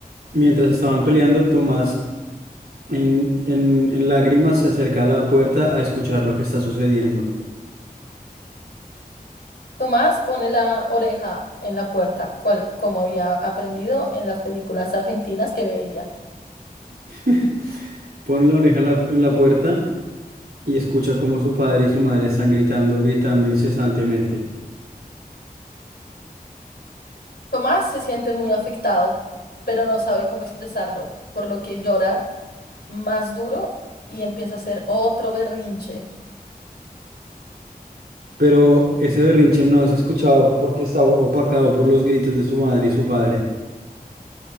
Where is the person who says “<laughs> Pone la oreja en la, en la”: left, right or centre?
Right